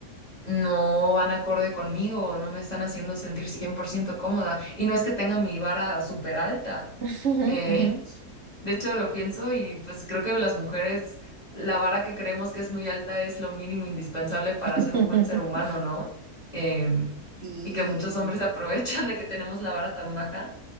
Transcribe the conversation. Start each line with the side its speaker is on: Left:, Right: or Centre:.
Left: no van acorde conmigo, no me están haciendo sentir 100% cómoda. Y no es que tenga mi vara súper alta.
Right: ujú, <laughs> ujú,
Left: eh,
Right: ujú.
Left: <laughs> de hecho, lo pienso y pues creo que las mujeres, la vara que creemos que es muy alta es lo mínimo indispensable para
Right: <laughs>
Left: ser un buen ser humano, ¿no? Em,
Right: Sí,
Left: y que muchos hombres <laughs> se aprovechan de que tenemos la vara tan baja